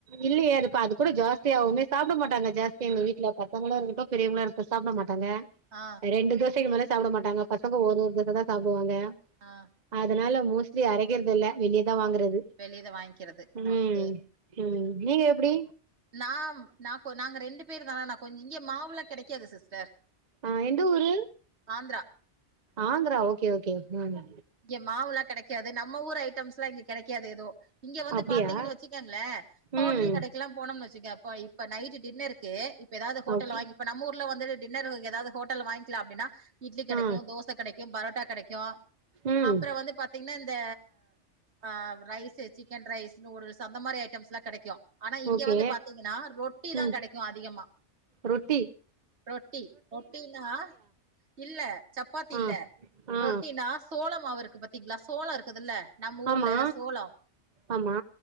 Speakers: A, on the right (about 40°); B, on the right (about 65°).
A: இல்லையே அது இப்ப அது கூட ஜாஸ்தியாவுமே சாப்பட மாட்டாங்க ஜாஸ்தி எங்க வீட்டல பசங்களு இருக்கட்டு பெரியவங்ளுஇருக்ட்டு சாப்ட மாட்டாங்க
B: ஆ
A: ரெண்டு தோசைக்கு மேல சாப்ட மாட்டாங்க பசங்க ஒரு ஒரு தோச தா சாப்டுவாங்க
B: ஆ
A: அதனால மோஸ்ட்லி அரைக்கறது இல்ல வெளியதா வாங்கறது
B: ஆ வெளியத வாங்கிக்கிறது
A: ம்
B: ஓகே
A: ம் நீங்க எப்டி
B: நாம் நா கொ நாங்க ரெண்டு பேரு தா நா கொஞ் இங்கே மாவுல்லா கெடைக்காது சிஸ்டர்
A: ஆ எந்த ஊரு
B: ஆந்தரா
A: ஆந்தரா ஓகே ஓகே ம்
B: இங்க மாவுல்லா கெடைக்காது நம்ம ஊர் ஐட்டம்ஸ்ல்லா இங்க கெடைக்காது ஏதோ இங்க வந்து
A: அப்டியா
B: பாத்தீங்கன்னு வச்சிக்குங்களே ஹோட்டல்
A: ம்
B: கடைக்கெல்லா போனம்னு வச்சிக்கே அப்ப இப்ப நைட்டு டின்னர்க்கு இப்ப ஏதாவது ஹோட்டல
A: ஓகே
B: வாங்கி இப்ப நம்ம ஊர்ல வந்தது டின்னருக்கு ஏதாவது ஹோட்டல்ல வாங்கிக்கலா அப்டின்னா இட்லி கெடைக்கு
A: ஆ
B: தோச கெடைக்கு பரோட்டா கெடைக்கு
A: ம்
B: அப்பற வந்து பாத்தீங்கன்னா இந்த ஆ ரைஸ்சு சிக்கன் ரைஸ் நூடுல்ஸ் அந்த மாரி ஐட்டம்ஸ்ல்லா கெடைக்கு ஆனா இங்க
A: ஓகே
B: வந்து பாத்தீங்கன்னா ரொட்டி தா
A: ம்
B: கெடைக்கு அதிகமா
A: ரொட்டி
B: ரொட்டி ரொட்டினா இல்ல சப்பாத்தி
A: ஆ
B: இல்ல
A: ஆ
B: ரொட்டினா சோள மாவு இருக்கு பாத்தீங்களா சோள இருக்குதுல்ல நம்ம ஊர்ல
A: ஆமா
B: சோளோ
A: ஆமா